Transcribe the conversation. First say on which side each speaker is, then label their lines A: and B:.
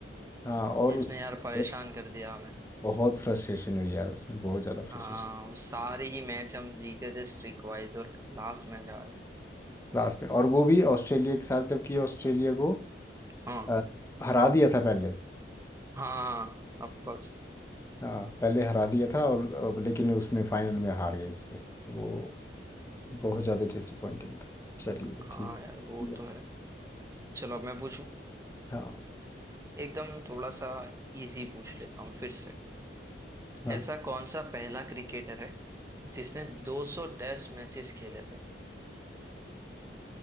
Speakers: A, on the left (about 15°); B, on the right (about 15°).
A: हाँ, और
B: जिसने
A: उसमें
B: यार परेशान कर दिया हमें
A: बहुत फ्रस्ट्रेशन हुई यार उसमें बहुत ज़्यादा फ्रस्ट्रेशन
B: हाँ वो सारे ही मैच हम जीते थे स्ट्रीक वाइज और लास्ट मैच हार गए
A: लास्ट में और वो भी ऑस्ट्रेलिया के साथ जबकि ऑस्ट्रेलिया को
B: हाँ
A: अ, हरा दिया था पहले
B: हाँ ऑफ कोर्स
A: हाँ पहले हरा दिया था और अब लेकिन उसमें फाइनल में हार गए उससे तो वो बहुत ज़्यादा डिसअपॉइंटिंग था चलिए
B: हाँ
A: ठीक
B: यार
A: है
B: वो
A: Yeah.
B: तो है चलो अब मैं पूछूं
A: हाँ
B: एकदम थोड़ा सा इजी पूछ लेता हूँ फिर से
A: हाँ
B: ऐसा कौन सा पहला क्रिकेटर है जिसने 200 टेस्ट मैचेस खेले थे